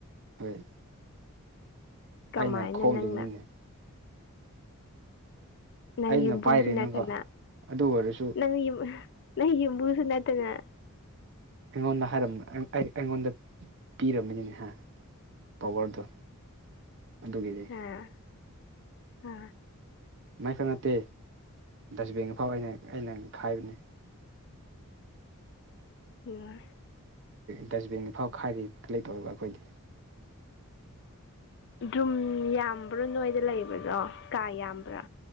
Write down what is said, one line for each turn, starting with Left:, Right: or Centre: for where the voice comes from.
Right: ꯍꯣꯏ
Left: ꯀꯃꯥꯏꯅ
Right: ꯑꯩꯅ ꯈꯣꯝꯂꯤꯅꯤꯅꯦ
Left: ꯅꯪꯅ ꯅꯩ
Right: ꯑꯩꯅ
Left: ꯌꯨꯝꯕꯨꯁꯨ
Right: ꯄꯥꯏꯔꯤꯅꯦꯕ
Left: ꯅꯠꯇꯅ
Right: ꯑꯗꯨ ꯑꯣꯏꯔꯁꯨ
Left: ꯅꯪ ꯌꯨꯝ ꯅꯩ ꯌꯨꯝꯕꯨꯁꯨ ꯅꯠꯇꯅ
Right: ꯑꯩꯉꯣꯟꯗ ꯍꯥꯏꯔ ꯑꯩ ꯑꯩꯉꯣꯟꯗ ꯄꯤꯔꯝꯕꯅꯤꯅꯦ ꯍ ꯄꯋꯥꯔꯗꯣ ꯑꯗꯨꯒꯤꯅ‌ꯦ
Left: ꯑꯥ ꯑꯥ
Right: ꯃꯩꯈꯛ ꯅꯠꯇꯦ ꯗꯁꯕꯤꯟꯒꯤꯐꯥꯎ ꯑꯩꯅ ꯑꯩꯅ ꯈꯥꯏꯕꯅꯤ
Left: ꯌꯥꯏ
Right: ꯗꯁꯕꯤꯟꯒꯤ ꯐꯥꯎ ꯈꯥꯏꯔꯤꯕ ꯂꯩꯇꯧꯔꯤꯕ ꯑꯈꯣꯏꯗꯤ꯫
Left: ꯗꯨꯝ ꯌꯥꯝꯕ꯭ꯔꯥ ꯅꯣꯏꯗ ꯂꯩꯕꯗꯣ ꯀꯥ ꯌꯥꯝꯕ꯭ꯔꯥ